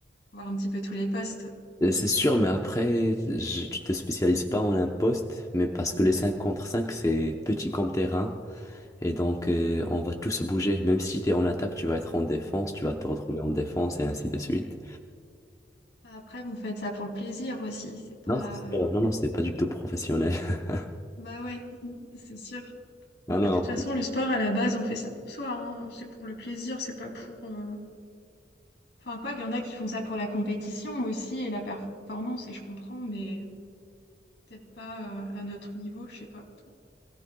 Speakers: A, on the left (about 75°); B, on the left (about 20°).
A: voir un petit peu tous les postes.
B: Euh, C'est sûr, mais après, je- tu te spécialises pas en un poste, mais parce que les 5 contre 5, c'est petit comme terrain, et donc euh, on va tous bouger. Même si tu es en attaque, tu vas être en défense, tu vas te retrouver en défense, et ainsi de suite.
A: Bah, Après, vous faites ça pour le plaisir aussi, c'est pas...
B: Non, c'est sûr. Non, non, c'est pas du tout professionnel. <laughs>
A: Bah ouais, c'est sûr.
B: Non,
A: Bah,
B: non,
A: de toute façon, le sport, à la base, on fait ça pour soi, hein. C'est pour le plaisir, c'est pas pour... euh, Enfin, quoi, il y en a qui font ça pour la compétition aussi et la performance, et je comprends, mais peut-être pas euh, à notre niveau, je sais pas.